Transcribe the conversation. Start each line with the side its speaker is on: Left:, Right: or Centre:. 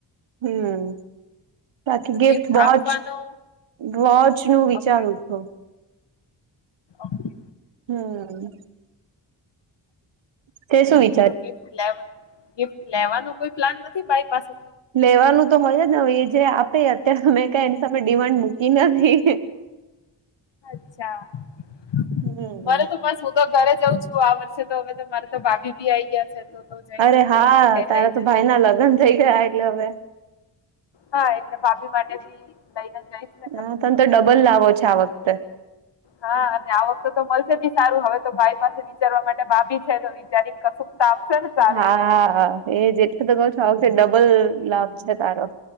Right: હમ બાકી
Left: તો
Right: ગિફ્ટ વોચ
Left: આપવાનો
Right: વોચ નું વિચારું
Left: ઓકે
Right: છું
Left: ઓકે
Right: હમ્મ તે શું વિ
Left: તો ગિફ્ટ લેવા ગિફ્ટ લેવાનો કોઈ પ્લાન નથી મારી પાસે
Right: લેવાનું તો હોય જને હવે એ જે અત્યાર મેં કાઈ એમની સામે ડિમાન્ડ મૂકી નથી
Left: <inaudible>
Right: હમ
Left: તો ઘરે જઉં છું આ વર્ષે તો હવે મારે તો ભાભી આઈ ગ્યા છે તો તો જઈશ
Right: અરે
Left: જ
Right: હા
Left: દેવ માટે
Right: તારા
Left: લઈને
Right: તો ભાઈ ના લગન થઈ ગયા એટલે હવે
Left: હા એટલે ભાભી માટે ભી લઈને જઈશ ને કશું
Right: હા તન તો ડબલ લાવો છે આ વખતે
Left: હા અને આ વખતે તો મળશે બી સારું હવે તો ભાઈ પાસેથી વિચારવા માટે ભાભી છે તો વિચારીને કસુક તો આપશે ને સારું
Right: હા
Left: એવું
Right: એ એટલે તો કઉ છું આ વખતે ડબલ લાભ છે તારો